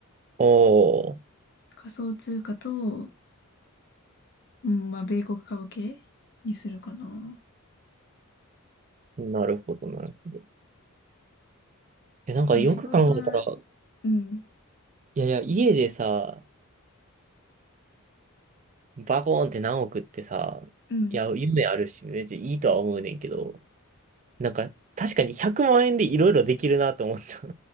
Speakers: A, on the right; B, on the left.
A: おー。
B: 仮想通貨と、うん、まあ、米国株系にするかな。
A: なるほど、なるほど。え、なんかよく考えたら、
B: でも仕事は、うん、
A: いやいや、家でさ、バコーンって何億ってさ、
B: うん。
A: いや、夢あるし、別にいいとは思うねんけど、なんか、確かに100万円でいろいろできるなと思っちゃう。